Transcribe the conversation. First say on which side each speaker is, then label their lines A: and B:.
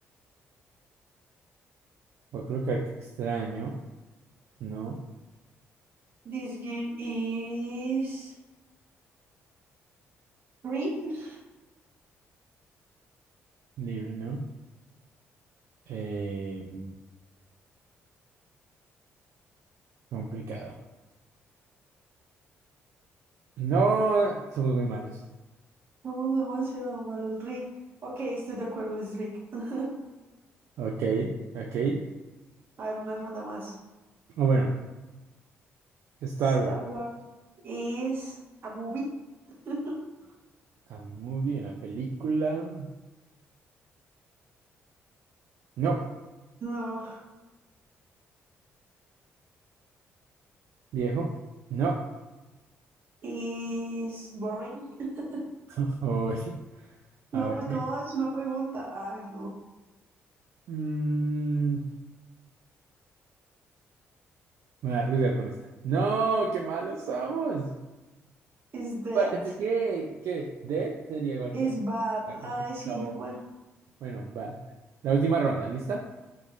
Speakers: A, on the right; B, on the right.
A: Yo creo que aquí extraño. No.
B: This game is rigged.
A: Libre, no. Em, complicado. No, somos muy malos.
B: Somos demasiado malos. Rigged. Ok, estoy de acuerdo, es rigged. <laughs>
A: Ok, ok.
B: A ver, una ronda más.
A: O bueno, Star
B: Star
A: Wars.
B: Wars is a movie. <laughs>
A: A movie, una película. No.
B: No.
A: Viejo. No.
B: Is boring. <laughs>
A: <laughs> Uy,
B: No,
A: a ver.
B: pues no, es una pregunta. Ay, no.
A: Mm, Me voy a rudear con esta. No, qué malos somos.
B: Is dead?
A: Parece que, que Death sería igual
B: Is
A: que...
B: bad.
A: Como
B: Ay,
A: que se acabó.
B: sí. Bueno.
A: Bueno, va. La última ronda, ¿lista?